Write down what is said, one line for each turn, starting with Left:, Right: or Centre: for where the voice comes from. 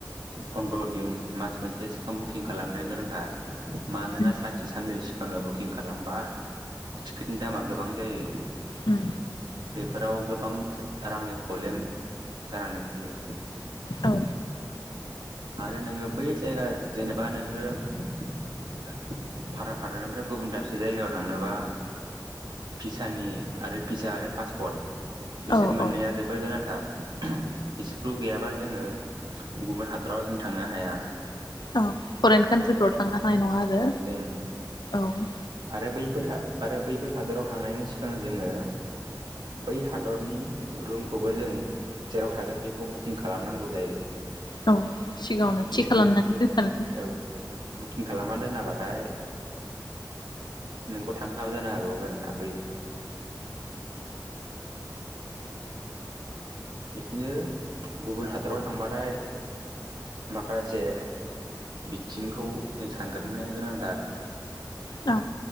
Right: फन्द्र दिन मास मोनसे सिखां बुकिं खालामनाया गोनांथार। मानोना
Left: उम
Right: सानसे साननै सिगांल' बुकिं खालामबा टिकेटनि दामा गोबां जायो।
Left: उम।
Right: बेफोराव गोबां रांनि प्रब्लेम जानानै फैयो।
Left: औ।
Right: आरो नोङो बेै जायगा जेनेबा नोङो भारत हादरनिफ्राय गुबुन दाबसे जायगायाव थांनोबा भिसानि आरो भिसा आरो फासपर्ट बिसोर
Left: औ
Right: मोननाया
Left: औ
Right: जोबोर गोनांथार बिसोरखौ गैयाबा जोङो गुबुन हादराव जों थांनो हाया।
Left: औ फरेन कान्ट्रिफ्राव थांनो हानाय नङा आरो
Right: जों
Left: औ।
Right: आरो बैफोर आरो बैफोर हादोराव थांनायनि सिगां जोङो बै हादरनि रुमखौबो जों जेराव थागोन बेखौ बुकिं खालामनांगौ जायो।
Left: औ। सिगाङावनो थि
Right: बुकिं
Left: खालामनानै
Right: ओ
Left: दोनखानांगोन
Right: औ बुकिं खालामना दोनाबाथा फाय नोंखौ थांहोआबो जानो हागौ आरोना बै बिदिनो गुबुन हादराव थांबाथाय माखासे बिथिंखौ जों सानग्रोनाया गोनांथार।
Left: औ।